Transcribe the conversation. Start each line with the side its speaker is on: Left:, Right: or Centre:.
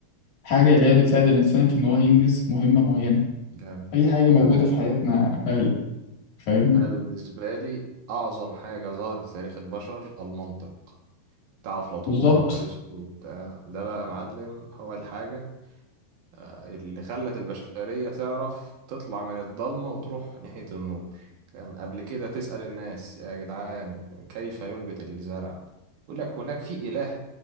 Left: حاجة اللي هي بتساعد الإنسان في إن هو ينجز مهمة معينة
Right: جامد
Left: أي حاجة موجودة
Right: ده
Left: في حياتنا آلة فاهمني
Right: انا بالنسبه لي اعظم حاجه ظهرت في تاريخ البشر المنطق بتاع افلاطون
Left: بالظبط
Right: وارسطو وبتاع ده بقى يا معلم هو الحاجه اللي خلت البشريه تعرف تطلع من الضلمه وتروح ناحيه النور كان يعني قبل كده تسال الناس يا جدعان كيف ينبت الزرع يقول لك هناك في اله